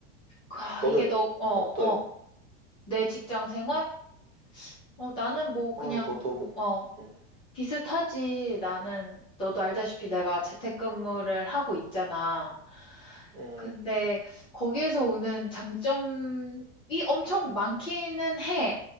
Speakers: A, on the left; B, on the right.
A: 아,
B: 너는
A: 이게 너, 어,
B: 어떠해?
A: 어, 내 직장 생활? 어, 나는 뭐 그냥,
B: 아, 너도
A: 뭐, 어.
B: 음,
A: 비슷하지. 나는, 너도 알다시피 내가 재택근무를 하고 있잖아.
B: 음,
A: 근데 거기에서 오는 장점이 엄청 많기는 해.